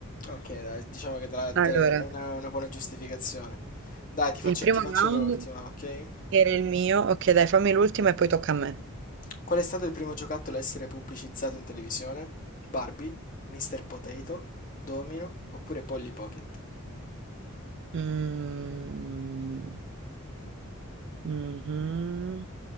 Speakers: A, on the left (about 40°); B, on the right (about 55°).
A: Ok, dai, diciamo che te la- te
B: Allora,
A: la- è una, una buona giustificazione. Dai, ti faccio,
B: il primo
A: ti faccio
B: round
A: l'ultima, ok?
B: era il mio, ok, dai, fammi l'ultima e poi tocca a me.
A: Qual è stato il primo giocattolo a essere pubblicizzato in televisione? Barbie, Mr. Potato, Domino oppure Polly Pocket?
B: Mm, mhm.